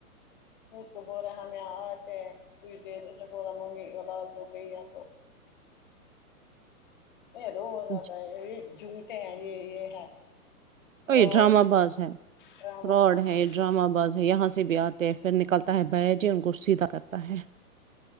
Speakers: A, on the left; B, on the right.
A: اس کو بول رہے ہم یہاں آتے پوچھ دے تو اس نے بولا ممی لال چوک گئی ہے تو یہ اور
B: اچھا
A: اتے ہیں یہ جھوٹے ہیں یہ یہ ہے
B: او
A: فراڈ
B: یہ ڈرامہ باز ہے
A: ڈرامہ
B: فراڈ
A: باز
B: ہے یہ ڈرامہ باز ہے یہاں سے سے بھی آتے ہے پھر نکلتا ہے بایا جی ان کو سیدھا کرتا ہے